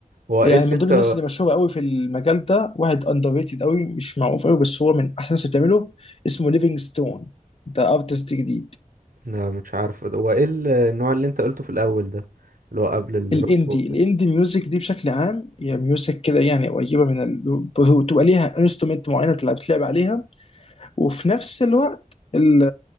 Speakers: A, on the right; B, on the left.
A: هو
B: يعني
A: ايه اللي
B: من
A: انت
B: ضمن الناس اللي مشهوره قوي في المجال ده واحد اندر ريتد قوي مش معروف قوي بس هو من احسن الناس اللي بتعمله اسمه ليفينج ستون ده ارتست جديد
A: لا مش عارف هو ايه ال- النوع اللي انت قلته في الاول ده اللي هو قبل الروك
B: الاندي
A: بوب
B: الاندي
A: ده؟
B: ميوزك دي بشكل عام هي ميوزك كده يعني قريبه من ال... بتبقى ليها انسترومنت معينه تلعب تلعب عليها وفي نفس الوقت ال...